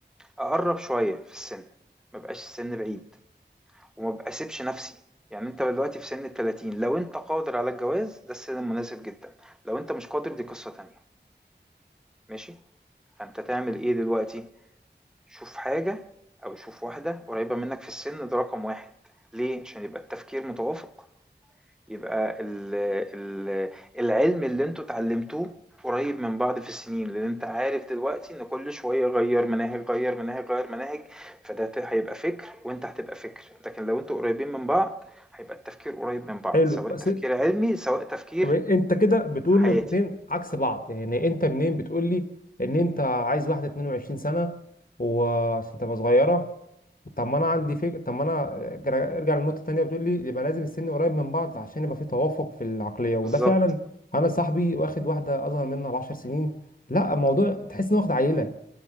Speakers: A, in the centre; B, on the left.
A: أقرّب شوية في السِن، ما يبقاش السِن بعيد وما ب أسيبش نَفْسي، يعني أنت دلوقتي في سِن ال30 لو أنت قادر على الجواز ده السِن المناسب جدًا، لو أنت مش قادر دي قصة تانية ماشي، فأنت تعمل إيه دلوقتي، شوف حاجة أو شوف واحدة قريّبة منّك في السِن ده رقم 1 ليه؟ عشان يبقى التفكير متوافق. يبقى ال ال العلم اللي انتوا اتعلمتوه قريب من بعض في السنين لان انت عارف دلوقتي ان كل شوية غير مناهج غير مناهج غير مناهج فده ت- هيبقى فكر وانت هتبقى فكر لكن لو انتوا قريبين من بعض هيبقى التفكير قريب من بعض
B: حلو
A: سواء
B: بس
A: تفكير علمي سواء تفكير
B: طب انت كده بتقول
A: حياتي
B: نقطتين عكس بعض يعني انت منين بتقول لي ان انت عايز واحده 22 سنه وعشان تبقى صغيره طب ما انا عندي فكره طب ما انا ارجع ارجع للنقطه التانيه بتقول لي يبقى لازم السن قريب من بعض عشان يبقى في توافق في العقليه وده
A: بالظبط
B: فعلا انا صاحبي واخد واحده اصغر منها ب 10 سنين لا الموضوع تحس انه واخد عيله